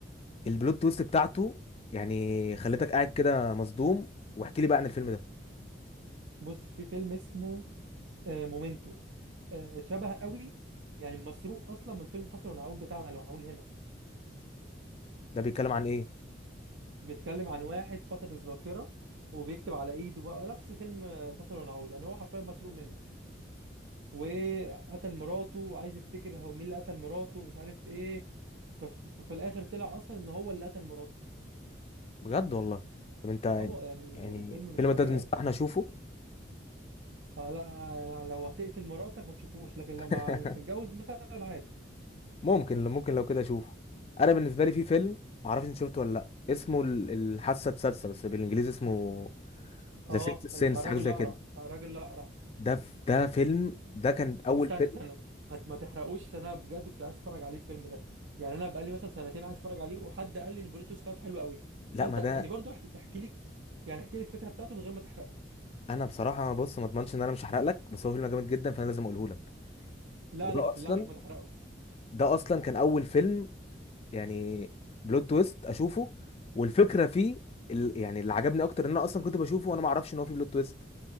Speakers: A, on the left; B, on the right.
A: البلوت تويست بتاعته يعني خليتك قاعد كده مصدوم واحكي لي بقى عن الفيلم ده
B: بص في فيلم اسمه آه مومنتو آه شبه قوي يعني مسروق اصلا من فيلم فاصل ونعود بتاعنا اللي معمول هنا
A: ده بيتكلم عن ايه
B: بيتكلم عن واحد فقد الذاكرة وبيكتب على ايده بقى نفس فيلم فاصل ونعود يعني هو حرفيا مسروق منه وقتل مراته وعايز يفتكر هو مين اللي قتل مراته ومش عارف ايه فف- ففي الاخر طلع اصلا ان هو اللي قتل مراته
A: بجد والله طب انت
B: هو يعني
A: يعني
B: فيلم
A: الفيلم
B: مش طبيعي
A: ده تنصحني اشوفه
B: آه لا يعني لو هتقتل مراتك ما تشوفوش لكن
A: <laughs>
B: لو مع مش متجوز مثلا عادي
A: ممكن ممكن لو كده اشوفه انا بالنسبه لي في فيلم معرفش انت شفته ولا لا اسمه ال- الحاسه السادسه بس بالانجليزي اسمه
B: اه
A: ذا سيكس سينس
B: بتاع الراجل
A: حاجه زي
B: الاقرع
A: كده
B: بتاع الراجل الاقرع
A: ده ف- ده فيلم ده كان
B: طب
A: اول
B: استنى
A: فيلم
B: استنى ما, ما تحرقوش عشان انا بجد كنت عايز اتفرج عليه الفيلم ده يعني انا بقالي مثلا سنتين عايز اتفرج عليه وحد قال لي ان البلوت تويست بتاعته حلو قوي
A: لا
B: فانت
A: ما ده
B: يعني برضو احكي, احكي لي يعني احكي لي الفكره بتاعته من غير ما تحرقه
A: انا بصراحه بص ما اضمنش ان انا مش هحرق لك بس هو فيلم جامد جدا فانا لازم اقوله لك
B: لا
A: وده
B: لا بالله
A: اصلا
B: عليك ما تحرقه
A: ده اصلا كان اول فيلم يعني بلوت تويست اشوفه والفكره فيه ال- يعني اللي عجبني اكتر ان انا اصلا كنت بشوفه وانا ما اعرفش ان هو فيه بلوت تويست